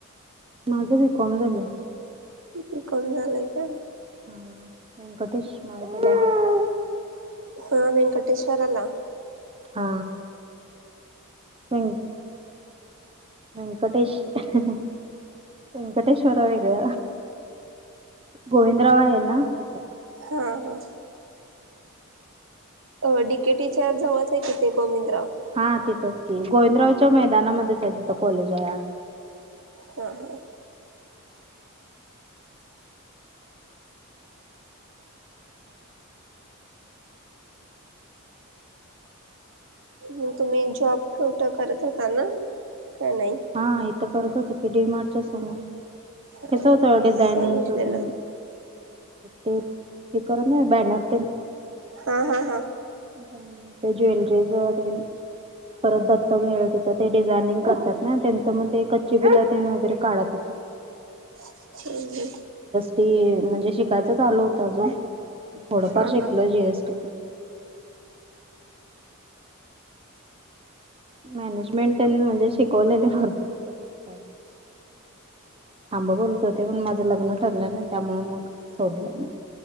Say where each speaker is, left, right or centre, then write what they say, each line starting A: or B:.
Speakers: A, on the right (about 25°); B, on the right (about 60°).
A: माझं बी. कॉम झालंय.
B: बी कॉम झालं आहे का?
A: हा <unintelligible> <inaudible>
B: हा वेंकटेश्वराला.
A: हा, <unintelligible> वेंकटेश <unintelligible> वेंकटेश्वरा वेगळ. <unintelligible> गोविंदराव आहे, ना तिथं.
B: हा, हा. अ डि के टीच्या जवळचय कि ते गोविंद.
A: हा तिथंच की. गोविंदरावच्या मैदानामध्येचय तीथ कॉलेजय आत.
B: हा, हा. म तुम्ही जॉब कुठ करत होता ना? काय नाही
A: हा इथं करत होत की, डी मार्टच्या समोर.
B: हा
A: हेचं
B: हा
A: होतं, डिझायनिंगच
B: सांगितलेलं
A: तेन. ते, ते करत नाहित बॅनर तेन.
B: हा, हा, हा.
A: <unintelligible> ते ज्वेलरी जवळ तेन. परत दत्त भेळ तिथं ते डिझा यनिंग करतात ना त्यांच, मग ते कच्ची बिल तेन वगैरे काढत होतो.
B: हम्म हम्म
A: ती म्हणजे शिकायचं चालू होतं अजून थोडंफार
B: हा हा
A: शिकल जीएसटी प मॅनेजमेंट त्यां म्हणजे शिकवलेले भरपूर काही थांब बोलत होते म्हण माझं लग्न ठरलं नाही त्यामुळे मग सोडलं नाही.